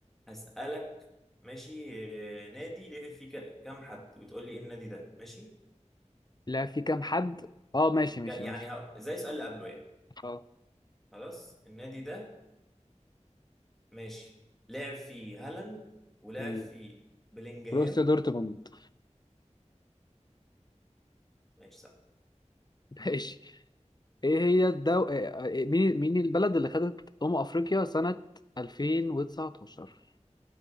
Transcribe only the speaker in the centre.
هسألك ماشي آه، نادي ليه فيه ك- كام حد وتقول لي ايه النادي ده ماشي
كان يعني
ه- زي السؤال اللي قبله يعني
خلاص النادي ده ماشي لعب فيه هالاند ولعب
فيه بلينجهام
ماشي صح